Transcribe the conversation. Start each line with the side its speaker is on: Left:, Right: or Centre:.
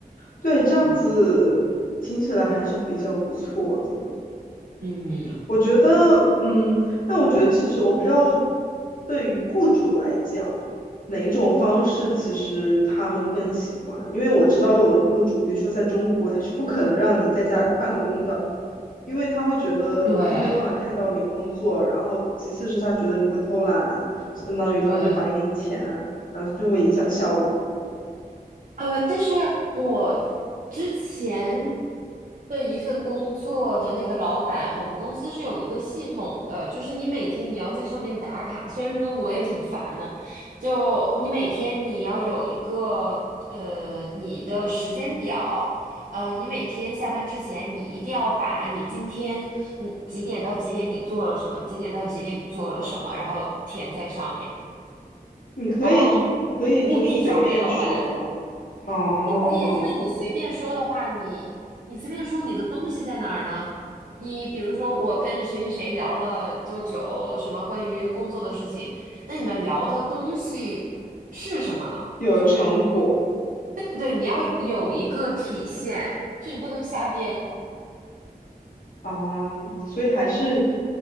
Left: 对，这样子听起来还是比较不错的。
Right: 嗯，嗯，
Left: 我觉得，
Right: 对，
Left: 嗯，但我觉得其实我不知道，对于雇主来讲，哪一种方式其实他们更喜欢？因为我知道有的雇主，比如说在中国，他是不可能让你在家办公的，因为他会觉得他没有办法看到你工作，
Right: 对
Left: 然后其次是他觉得你会偷懒，相当于他就白给你钱，
Right: 对，
Left: 然后他就会影响效率。
Right: 呃，但是我之前的一份工作的那个老板，我们公司是有一个系统的，就是你每天你要在上面打卡。虽然说我也挺烦的，就你每天你要有一个呃你的时间表，呃，你每天下班之前你一定要把你今天嗯几点到几点你做了什么，几点到几点你做了什么，然后填在上面，
Left: 你可以可以就是随便说嘛，
Right: 然后务必发给老板。
Left: 哦，
Right: 不可以啊，因为你随便说的话，你你随便说你的东西在哪儿呢？你比如说，我跟谁谁谁聊了多久，什么关于工作的事情，那你们聊的东西是什么呢？
Left: 有了成果。
Right: 就是对对对，你要有一个体现，就你不能瞎编。
Left: 啊，所以还是，